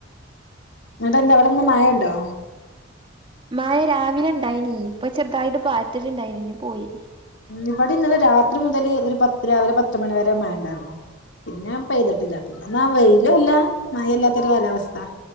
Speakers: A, on the left (about 70°); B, on the right (about 25°).
A: ന്നട്ടെന്താ അവടിന്ന് മയണ്ടോ?
B: മയ രാവിലെ ണ്ടായിനി ഇപ്പൊ ചെർതായിട്ട് പാറ്റലിണ്ടായിനി പോയി
A: ഇബടിം ഇന്നലെ രാത്രി മുതൽ ഒരു പത്തര രാവിലെ പത്ത് മണി വരെ മഴണ്ടായിർന്നു പിന്നെ പെയ്തിട്ടില്ല ന്നാ വെയിലുല്ല മഴില്ല എത്തൊരു കാലാവസ്ഥ